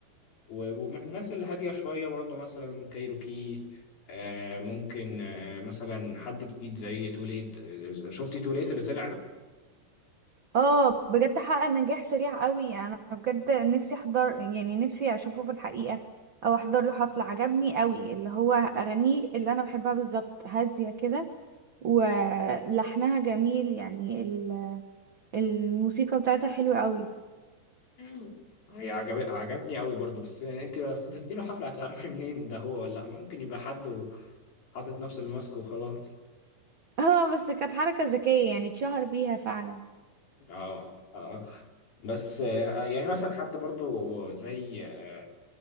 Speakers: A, on the left; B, on the right.
A: و- ومن الناس اللي هادية شوية برضه مثلا كايروكي آه ممكن آه مثلا حد جديد زي توليت آه شفتي توليت اللي طلع ده؟
B: اه بجد حقق نجاح سريع قوي يعني انا بجد نفسي احضر يعني نفسي اشوفه في الحقيقة او احضر له حفلة عجبني قوي اللي هو اغانيه اللي انا بحبها بالظبط هادية كده ولحنها جميل يعني ال- الموسيقى بتاعتها حلوة قوي
A: مم. هي عجب... عجبني قوي برضه بس انت لو فضلتي له حفلة هتعرفي منين ده هو ولا لا ممكن يبقى حد وحاطط نفس الماسك وخلاص
B: <laughs> اه بس كانت حركة ذكية يعني اتشهر بيها فعلا
A: اه اه بس آه يعني مثلا حد برضه زي آه